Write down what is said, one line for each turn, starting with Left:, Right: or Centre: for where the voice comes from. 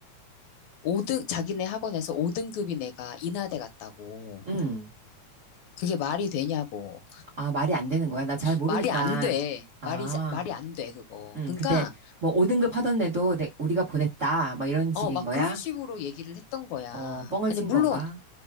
Left: 오등 자기네 학원에서 5등급인 애가 인하대 갔다고.
Right: 응.
Left: 그게 말이 되냐고.
Right: 아, 말이 안 되는 거야? 나 잘 모르니까.
Left: 말이 안 돼.
Right: 아,
Left: 말이, 자- 말이 안 돼, 그거.
Right: 응.
Left: 그러니까
Right: 근데 뭐 5등급 하던 애도 내, 우리가 보냈다. 막 이런 식인
Left: 어, 막
Right: 거야?
Left: 그런 식으로 얘기를 했던 거야.
Right: 어, 뻥을
Left: 아니,
Right: 친
Left: 물론,
Right: 건가?